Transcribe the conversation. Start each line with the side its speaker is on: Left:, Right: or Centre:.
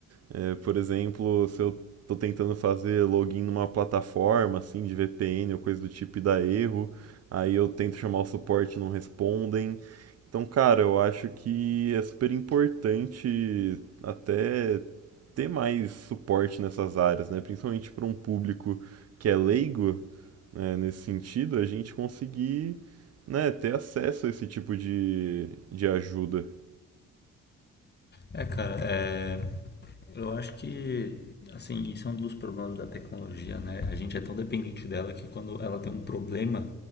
Right: É, por exemplo, se eu estou tentando fazer login numa plataforma assim de VPN ou coisa do tipo e dá erro, aí eu tento chamar o suporte e não respondem. Então, cara, eu acho que é super importante até ter mais suporte nessas áreas, né? Principalmente para um público que é leigo, né, nesse sentido, a gente conseguir, né, ter acesso a esse tipo de, de ajuda.
Left: É, cara, é, eu acho que, assim, isso é um dos problemas da tecnologia, né? A gente é tão dependente dela que quando ela tem um problema,